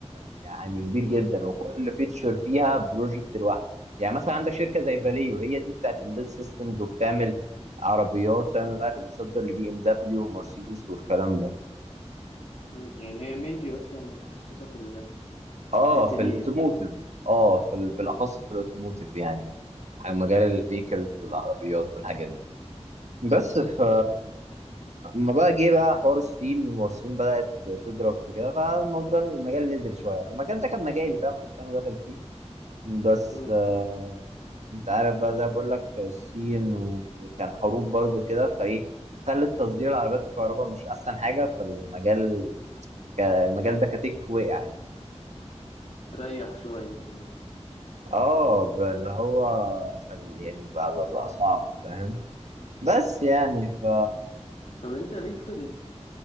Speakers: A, on the right; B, on the left.
A: يعني كبير جدا
B: مم.
A: وكل فيتشر فيها بروجكت لوحده يعني مثلا عندك شركه زي فاليو هي دي بتاعت embedded systems وبتعمل عربيات فاهم بقى اللي بتصدر لبي ام دبليو ومرسيدس والكلام ده
B: مم. يعني هي مينلي اصلا متخصصة في ال...
A: اه
B: في الحتة
A: في
B: دي
A: الاوتوموتيف
B: يعني
A: اه في ال- بالاخص
B: مم.
A: في الاوتوموتيف يعني مجال الفيكلز والعربيات والحاجات دي بس ف اما بقى جه بقى حوار الصين والصين بدأت تضرب في كده فالموضوع المجال نزل شوية المجال ده كان مجالي فاهم كنت أنا داخل فيه بس
B: مم.
A: آه، أنت عارف بقى ده بقول لك الصين وكان حروب برضو كده فإيه خلت تصدير العربيات الكهرباء مش أحسن حاجة في المجال ك- المجال ده كتك وقع يعني
B: ريح شوية مم.
A: اه ب- اللي هو خل يعني بقى, بقى, بقى صعب فاهم بس يعني ف
B: طب انت ليك في ال...